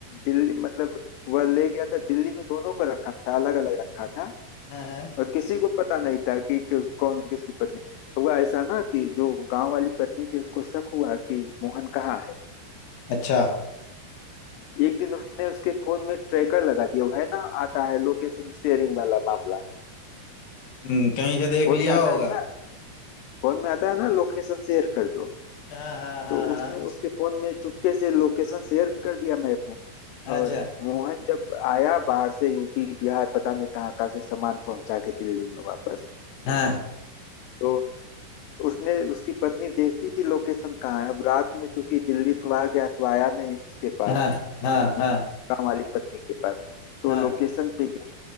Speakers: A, on the left; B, on the left.
A: दिल्ली मतलब वह ले गया था दिल्ली में दोनों को रखा था अलग अलग रखा था
B: हाँ हाँ
A: और किसी को पता नहीं था कि, कि कौन किसकी पत्नी हुआ ऐसा ना कि जो गांव वाली पत्नी थी उसको शक हुआ कि मोहन कहाँ है
B: अच्छा
A: एक दिन उसने उसके फोन में ट्रैकर लगा दिया है ना आता है लोकेशन शेयरिंग वाला मामला
B: हम्म, कहीं से देख
A: फोन
B: लिया
A: में आता
B: होगा
A: है ना फोन में आता है ना लोकेशन शेयर कर दो
B: हाँ हाँ हाँ
A: तो
B: हाँ
A: उसने उसके फोन में चुपके से लोकेशन शेयर कर दिया मैप में
B: अच्छा
A: और मोहन जब आया बाहर से यूपी बिहार पता नहीं कहाँ कहाँ से सामान पहुंचा के दिल्ली में वापस
B: हाँ
A: तो उसने उसकी पत्नी देखती थी लोकेशन कहाँ है अब रात में चूंकि दिल्ली तो आ गया तो आया नहीं उसके पास
B: हाँ हाँ
A: अपनी
B: हाँ
A: गाँव वाली पत्नी के पास तो
B: हाँ
A: लोकेशन पे गई